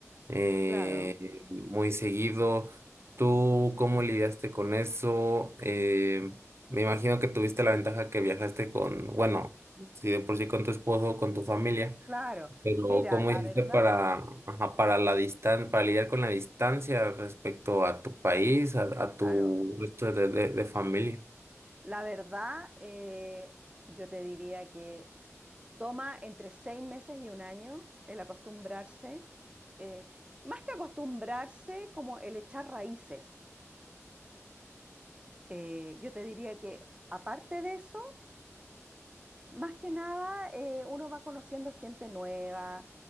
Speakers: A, on the right; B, on the right.
A: eh,
B: claro.
A: muy seguido. ¿Tú cómo lidiaste con eso? Eh, me imagino que tuviste la ventaja que viajaste con, bueno si de por sí con tu esposo, con tu familia,
B: Claro,
A: pero
B: mira,
A: ¿cómo
B: la
A: hiciste
B: verdad,
A: para, ajá, para la distan para lidiar con la distancia respecto a tu país, a, a
B: claro,
A: tu resto de, de- de familia?
B: la verdad, eh, yo te diría que toma entre seis meses y un año el acostumbrarse, eh, más que acostumbrarse, como el echar raíces. Eh, yo te diría que aparte de eso, más que nada, eh, uno va conociendo gente nueva,